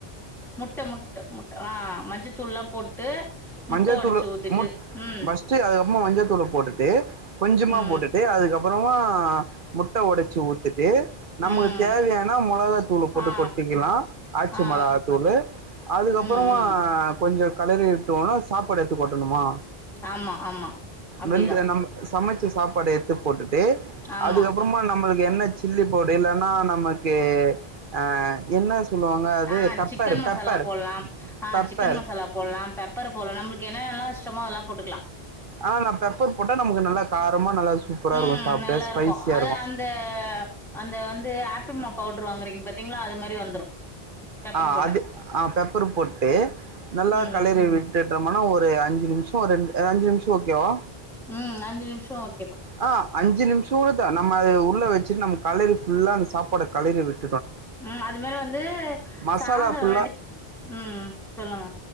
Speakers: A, in the centre; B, on the right.
A: முட்ட முட்ட முட்ட ஆ மஞ்ச தூள்ளா போட்டு
B: மஞ்சள்தூள்
A: முட்ட ஒடச்சு ஊத்திட்டு
B: முட்
A: ம்
B: பஸ்ட் அத ம்மோ மஞ்சத்தூள போட் ட்டு கொஞ்சமாக
A: ம்
B: போட்டுட்டு அதுக்கப்புறமா முட்ட ஒடச்சி ஊத்துட்டு நமக்கு
A: ம்
B: தேவையான மொளகத்தூள் போட்டு
A: ஆ
B: கொட்டிக்கலா ஆச்சி
A: ஆ
B: மொளகாய்த்தூளு அதுக்கப்புறமா
A: ம் ம்
B: கொஞ்ச கலர் டோனாஸ் சாப்பாடு எத்துக்கொட்டணுமா
A: ஆமா ஆமா அப்டிதா
B: வெந்து நம்ம சமச்ச சாப்பாடு எத்துப் போட்டுட்டு
A: ஆமா
B: அதுக்கப்புறமா நம்மளுக்கு என்ன சில்லி பவுடு இல்லன்னா நமக்கு அ என்ன சொல்லுவாங்க அது
A: ஆ
B: பெப்பர்
A: சிக்கன் மசாலா
B: பெப்பர்
A: போலாம் ஆ
B: பெப்பர்
A: சிக்கன் மசாலா போலாம் பெப் ப்பர் போலா நம்மளுக்கு என்னனெல்லா இஷ்டமோ அதல்லா போட்டுக்கலா
B: ஆ நா பெப்பர் போட்டா நமக்கு நல்லா காரமா நல்லா சூப்பரா
A: ம்
B: இருக்கு சாப்ட
A: நல்லா
B: ஸ்பைசியா
A: இருக்கு அத அந்த அந்த வந்து ஆப்பிமா பவுடரு வாங்குறீங்க பாத்தீங்களா அது மாரி வந்துரு பெப்பர்
B: ஆ
A: போட்டா
B: அது ஆ பெப்பரு போட் ட்டு நல்லா
A: ம்
B: களறி விட்டுடமனா ஒரு ஒரு அஞ்சு நிமிஷம் ரெண்டு அஞ்சு நிமிஷம் ஓகேவா
A: ம் அஞ்சு நிமிஷம் ஓக்
B: ஆ அஞ்சு நிமிஷ் சூடுதா நம்ம அது உள்ள வச்சிட்டு நம்ம கலறி ஃபுல்லா அந்த சாப்பாடு கலறி விட்
A: ம் அது மேரி வந்து
B: மசாலா
A: சாத
B: ஃபுல்லா
A: வடி ம் சொல்லுங்க